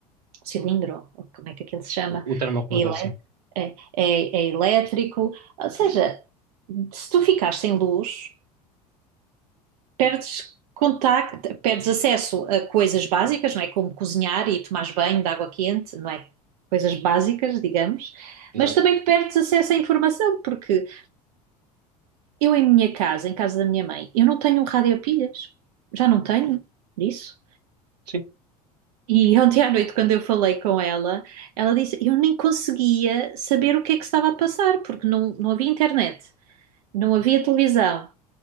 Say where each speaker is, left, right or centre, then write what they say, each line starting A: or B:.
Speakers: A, on the right (about 65°); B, on the right (about 85°).
A: cilindro, ou como é que aquilo se chama,
B: O, o termoacumulador,
A: é, elé-
B: sim.
A: é- é- é elétrico. Ou seja, se tu ficares sem luz, perdes contacto, perdes acesso a coisas básicas, não é? Como cozinhar e tomar banho de água quente, não é? Coisas básicas, digamos.
B: Exato.
A: Mas também perdes acesso à informação, porque eu em minha casa, em casa da minha mãe, eu não tenho um rádio a pilhas. Já não tenho disso.
B: Sim,
A: E ontem à noite, quando eu falei com ela, ela disse: Eu nem conseguia saber o que é que estava a passar, porque não, não havia internet, não havia televisão,